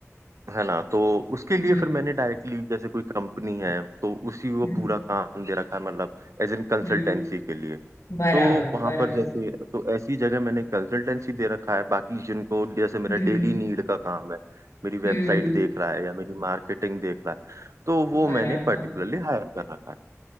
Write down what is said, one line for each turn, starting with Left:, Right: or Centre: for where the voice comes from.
Right: है ना तो उसके
Left: हम्म
Right: लिए फिर मैंने डायरेक्टली जैसे कोई कंपनी है तो उसी को
Left: हम्म
Right: पूरा काम दे रखा है मतलब एज इन कंसल्टेंसी
Left: हम्म
Right: के लिए
Left: बराबर
Right: तो वहां
Left: बराबर
Right: पर जैसे तो ऐसी जगह मैंने कंसल्टेंसी दे रखा है बाकी जिनको जैसे मेरा
Left: हम्म
Right: डेली नीड का काम है मेरी
Left: हम्म
Right: वेबसाइट देख रहा है या मेरी मार्केटिंग देख रहा है तो वो
Left: बराबर
Right: मैंने पर्टिकुलरली हायर कर रखा है